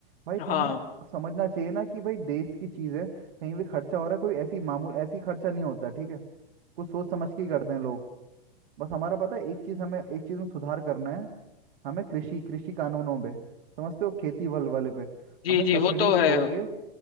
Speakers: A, on the right; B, on the left.
A: भाई तुम्हें
B: हाँ
A: समझना चाहिए ना कि भाई देश की चीज है कहीं भी खर्चा हो रहा है कोई ऐसी मामूल ऐसी खर्चा नहीं होता ठीक है कुछ सोच समझ के ही करते हैं लोग बस हमारा पता है एक चीज हमें एक चीज में सुधार करना है हमें कृषि कृषि कानूनों पे समझते हो खेती वाले वाले पे
B: जी
A: हमें
B: जी
A: सब्सिडी
B: वो तो
A: छोड़
B: है
A: के